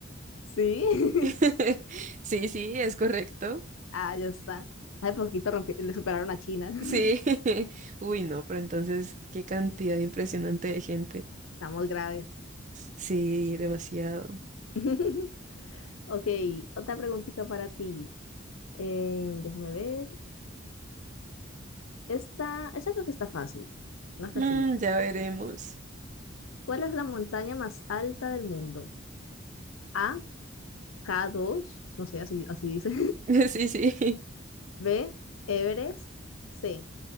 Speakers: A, on the left; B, on the right.
A: Sí.
B: <laughs>
A: <laughs>
B: Sí, sí, es correcto.
A: Ah, ya está. Hace poquito rompi- le superaron a China. <laughs>
B: Sí. <laughs> Uy, no, pero entonces, qué cantidad impresionante de gente.
A: Estamos graves.
B: Sí, demasiado.
A: <laughs> Ok, otra preguntita para ti. Eh, déjame ver. Esta, esa creo que está fácil. Una facilita.
B: Mm, ya veremos.
A: ¿Cuál es la montaña más alta del mundo? A, k dos, no sé, así, así dice.
B: <laughs> Sí, sí.
A: <laughs> B, Everest. C,